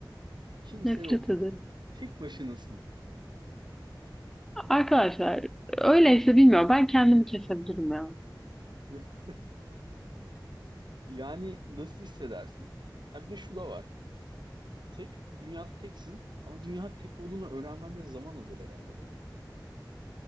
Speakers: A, in the centre; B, on the right (about 70°).
A: <laughs>
B: kimse
A: nefret
B: yok.
A: ederim.
B: Tek başınasın.
A: Arkadaşlar öyleyse bilmiyorum ben kendimi kesebilirim ya.
B: <laughs> Yani nasıl hissedersin? Ha bir de şu da var. Tek dünyada teksin ama dünya tek olduğunu öğrenmen de zaman alır herhalde değil mi?